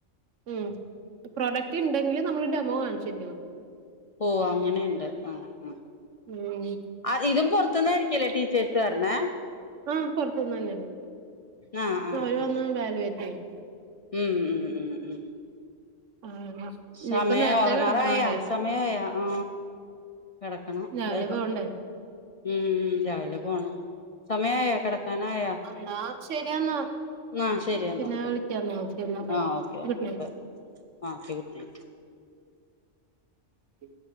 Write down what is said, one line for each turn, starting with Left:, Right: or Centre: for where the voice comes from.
Right: ഉം പ്രൊഡക്റ്റ് ഉണ്ടെങ്കിൽ നമ്മള് ഡെമോ കാണിച്ചേരിക്കണം
Left: ഓ അങ്ങനെയുണ്ട് അ അ
Right: ഉം
Left: അ തിതും പുറത്ത് ത്ത്ന്നായിരിക്കല്ല ടീച്ചർസ് പറന്നെ
Right: അ പുറത്തുന്ന് തന്നെയാണ്
Left: ആ ആ
Right: അവ വന്ന്
Left: ആ
Right: വാലുവേറ്റ് ചെയ്യും
Left: ഉം ഉം ഉം ഉം
Right: ആഹ് ഇനിയിപ്പ
Left: സമയ
Right: നേരത്തെ
Left: ഉറങ്ങറയാ
Right: കെടക്കണം അല്ലേ
Left: സമയയാ ആ കിടക്കണം
Right: രാവിലെ
Left: വേഗം
Right: പോവണ്ടേ
Left: ഉം രാവിലെ പോണം സമയായ കിടക്കാനായാ
Right: എന്നാ ശരിയെന്നാ
Left: ന്ന ശരിയാന്ന
Right: പിന്നെ
Left: ഓക്കേ
Right: വിളിക്കാന്നാ
Left: ന്ന
Right: ഓക്കെ എന്നാ bye
Left: ആ okay okay
Right: good night
Left: bye ആ ഓക്കെ ഗുഡ് നൈറ്റ്
Right: ഉം